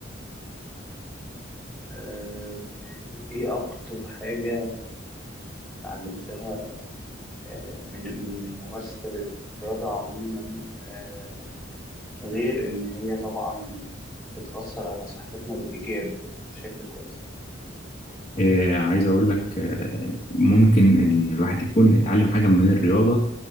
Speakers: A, in the centre; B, on the left (about 35°).
A: آه، ايه اكتر حاجة اتعلمتها آه، من من من ممارسة الرياضة عموما آه، غير ان هي طبعا بتأثر على صحتنا بالإيجاب بشكل كويس
B: آه، عايز أقول لك آه، ممكن إن الواحد يكون اتعلم حاجة من الرياضة